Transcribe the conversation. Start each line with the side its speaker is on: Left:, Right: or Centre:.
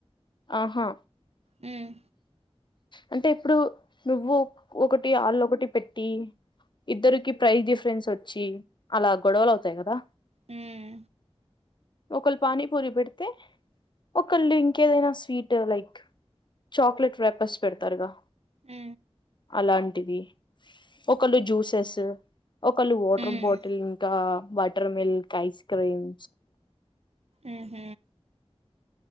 Left: ఆహా
Right: మ్మ్
Left: అంటే ఎప్పుడూ నువ్వు ఒకటి ఆళ్ళు ఒకటి పెట్టీ ఇద్దరికి ప్ప్రైస్ డిఫరెన్స్ వచ్చి అలా గొడవలు అవుతాయి కదా
Right: మ్మ్
Left: ఒకళ్ పానీపూరి పెడితే ఒకళ్ళు ఇంకేదైనా స్వీట్ లైక్ చాక్లెట్ రేపర్స్ పెడతారుగా
Right: మ్
Left: లాంటివి ఒకళ్ళు జూస్ ఎస్ ఒకళ్ళు వాటర్
Right: మ్మ్
Left: బాటిల్ ఇంకా వాటర్ మిల్క్ ఐస్క్రీమ్
Right: మ్ హ్